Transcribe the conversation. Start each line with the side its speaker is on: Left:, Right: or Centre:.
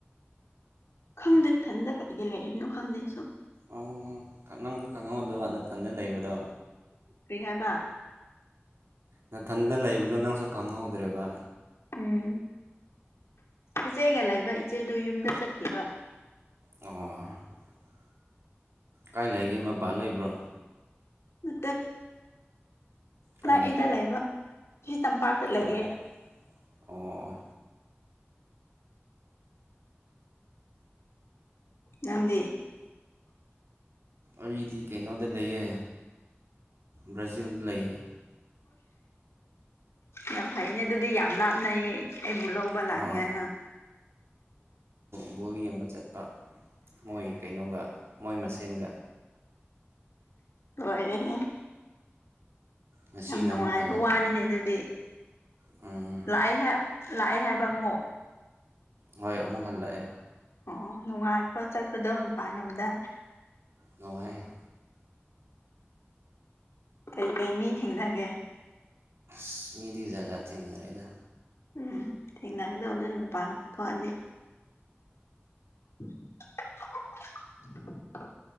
Left: ꯈꯪꯗꯦ ꯏꯊꯟꯗ ꯀꯩ ꯀꯩ ꯂꯩꯔꯤꯅꯣ ꯈꯪꯗꯦ ꯁ
Right: ꯑꯣ ꯅꯪꯁꯨ ꯈꯪꯍꯧꯗꯧꯕ ꯅꯥꯊꯟꯗ ꯂꯩꯕꯗꯣ
Left: ꯀꯔꯤ ꯍꯥꯏꯕ
Right: ꯅꯥꯊꯟꯗ ꯂꯩꯕꯗꯣ ꯅꯪꯁꯨ ꯈꯪꯍꯧꯗ꯭ꯔꯦꯕ
Left: ꯎꯝ ꯏꯆꯦꯒ ꯂꯩꯕ ꯏꯆꯦꯗꯨ ꯌꯨꯝꯗ ꯆꯠꯈꯤꯕ
Right: ꯑꯣ ꯀꯥꯏ ꯂꯩꯒꯦ ꯃꯄꯥ ꯂꯩꯕ꯭ꯔꯣ
Left: ꯃꯦ
Right: ꯀꯥꯏꯗ
Left: ꯅꯅꯥ ꯏꯂ ꯏꯕ ꯁꯤ ꯇꯝꯄꯥꯛꯇ ꯂꯑꯦ
Right: ꯑꯣ ꯑꯣ ꯑꯣ
Left: ꯅꯗꯤ
Right: ꯑꯩꯗꯤ ꯀꯩꯅꯣꯗ ꯂꯩꯌꯦ ꯕ꯭ꯔꯥꯖꯤꯜꯗ ꯂꯩꯑ
Left: ꯌꯥꯝ ꯐꯩꯅꯦ ꯑꯗꯨꯗꯤ ꯌꯥꯝ ꯂꯥꯞꯅꯩꯌꯦ ꯑꯩꯕꯨꯂꯕ
Right: ꯍꯣꯏ
Left: ꯂꯒꯦꯦꯅ
Right: ꯐꯨꯠꯕꯣꯜ ꯌꯦꯡꯕ ꯆꯠꯄ ꯃꯣꯏ ꯀꯩꯅꯣꯒ ꯃꯣꯏ ꯃꯁꯦꯟꯒ
Left: ꯂꯣꯏꯔꯦꯍꯦ
Right: ꯉꯁꯤꯅ
Left: ꯌꯥꯝ ꯅꯨꯡꯉꯥꯏꯕ
Right: ꯑꯃꯨꯛ ꯍꯜꯂꯛꯄ
Left: ꯋꯥꯅꯤꯅꯦ ꯑꯗꯨꯗꯤ
Right: ꯎꯝ
Left: ꯂꯥꯛꯑꯦ ꯍꯦ ꯂꯥꯛꯑꯦ ꯍꯥꯏꯕ ꯑꯃꯨꯛ
Right: ꯍꯣꯏ ꯑꯃꯨꯛ ꯍꯜꯂꯛꯑꯦ
Left: ꯑꯣ ꯅꯨꯡꯉꯥꯏꯕ꯭ꯔꯣ ꯆꯠꯄꯗꯣ ꯃꯄꯥꯟ ꯂꯝꯗ
Right: ꯅꯨꯡꯉꯥꯏꯌꯦ
Left: ꯀꯩ-ꯀꯩ ꯃꯤ ꯊꯦꯡꯅꯒꯦ
Right: ꯑꯁ ꯃꯤꯗꯤ ꯖꯥꯠ-ꯖꯥꯠ ꯊꯦꯡꯅꯔꯛꯑꯦꯗꯥ
Left: ꯎꯝ ꯊꯦꯡꯅꯒꯗꯧꯕꯅꯦ ꯃꯄꯥꯟ ꯊꯣꯛ ꯑꯗꯤ <unintelligible>